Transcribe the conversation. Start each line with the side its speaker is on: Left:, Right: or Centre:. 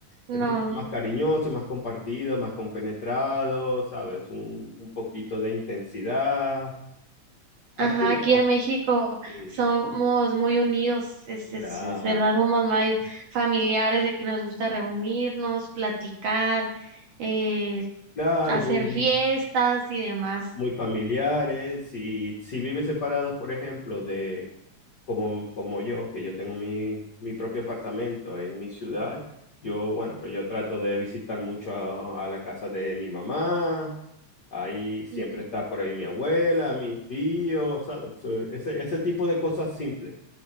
Right: No.
Left: Es mucho más cariñoso, más compartido, más compenetrado, ¿sabes? Un, un poquito de intensidad. Aquí
Right: Ajá,
Left: no,
Right: aquí en México
Left: sí,
Right: somos muy unidos, es, es,
Left: claro,
Right: es verdad, somos más familiares de que nos gusta reunirnos, platicar, eh,
Left: claro,
Right: hacer
Left: muy,
Right: fiestas y demás.
Left: muy familiares. Si, si vives separados, por ejemplo, de como, como yo, que yo tengo mi, mi propio apartamento en mi ciudad, yo, bueno, pero yo trato de visitar mucho a, a la casa de mi mamá. Ahí siempre
Right: Ujú.
Left: está por ahí mi abuela, mis tíos, ¿sabes? So, Ese, ese tipo de cosas simples.